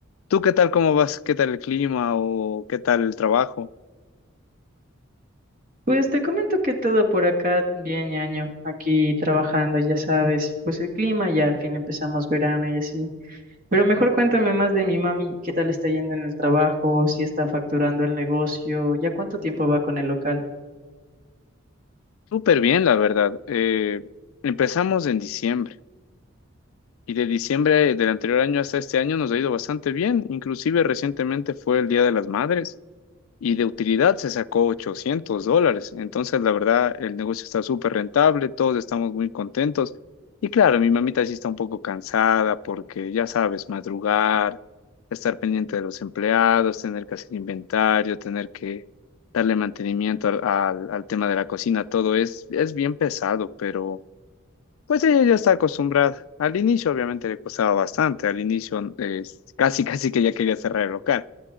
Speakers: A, on the left; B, on the right.
A: ¿Tú qué tal, cómo vas? ¿Qué tal el clima o qué tal el trabajo?
B: Pues te comento que todo por acá bien, ñaño. Aquí trabajando, ya sabes. Pues el clima ya al fin empezamos verano y así. Pero mejor cuéntame más de mi mami. ¿Qué tal está yendo en el trabajo? ¿Si está facturando el negocio? ¿Ya cuánto tiempo va con el local?
A: Súper bien, la verdad. Eh, empezamos en diciembre y de diciembre del anterior año hasta este año nos ha ido bastante bien, inclusive recientemente fue el Día de las Madres. y de utilidad se sacó 800 dólares. Entonces, la verdad, el negocio está súper rentable, todos estamos muy contentos. Y claro, mi mamita sí está un poco cansada porque, ya sabes, madrugar, estar pendiente de los empleados, tener que hacer inventario, tener que darle mantenimiento al, al- al tema de la cocina, todo es, es bien pesado, pero pues ella ya está acostumbrada. Al inicio, obviamente, le costaba bastante. Al inicio, eh, casi, casi que ya quería cerrar el local